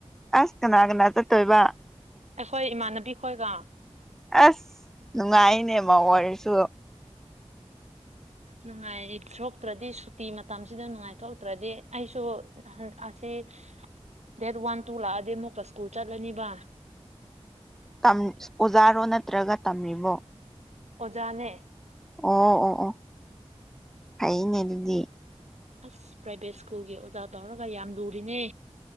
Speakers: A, in the centre; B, on the right.
A: ꯑꯁ ꯀꯅꯥ ꯀꯅꯥ ꯆꯠꯇꯣꯏꯕ
B: ꯑꯩꯈꯣꯏ ꯏꯃꯥꯟꯅꯕꯤ ꯈꯣꯏꯒ
A: ꯑꯁ ꯅꯨꯡꯉꯥꯏꯅꯦ ꯃꯧ ꯑꯣꯏꯔꯁꯨ
B: ꯅꯨꯡꯉꯥꯏꯊꯣꯛꯇ꯭ꯔꯗꯤ ꯁꯨꯇꯤ ꯃꯇꯝꯁꯤꯗ ꯅꯨꯡꯉꯥꯏꯊꯣꯛꯇ꯭ꯔꯗꯤ ꯑꯩꯁꯨ ꯑꯁꯤꯁ ꯗꯦꯠ ꯋꯥꯟ ꯇꯨ ꯂꯥꯛꯑꯗꯤ ꯑꯃꯨꯛꯀ ꯁ꯭ꯀꯨꯜ ꯆꯠꯂꯅꯤꯕ
A: ꯑꯣꯖꯥꯔꯣ ꯅꯠꯇ꯭ꯔꯒ ꯇꯝꯃꯤꯕꯣ
B: ꯑꯣꯖꯥꯅꯦ
A: ꯑꯣ ꯑꯣ ꯑꯣ ꯐꯩꯅꯦ ꯑꯗꯨꯗꯤ
B: ꯑꯁ ꯄ꯭ꯔꯥꯏꯚꯦꯠ ꯁ꯭ꯀꯨꯜꯒꯤ ꯑꯣꯖꯥ ꯇꯧꯔꯒ ꯌꯥꯝ ꯂꯨꯔꯤꯅꯦ